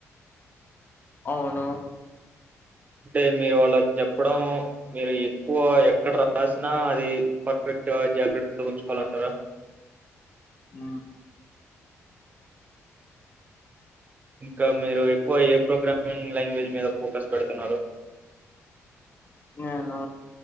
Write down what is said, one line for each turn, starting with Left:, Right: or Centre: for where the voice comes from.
Left: అవును
Right: అంటే మీరు ఆళ్ల చెప్పడం మీరు ఎక్కువ ఎక్కడ రాసినా అది పర్ఫెక్ట్ గా జాగ్రత్త ఉంచుకోవాలంటారా
Left: ఉ
Right: ఇంకా మీరు ఎక్కువ ఏ ప్రోగ్రామింగ్ లాంగ్వేజ్ మీద ఫోకస్ పెడుతున్నారు
Left: నేను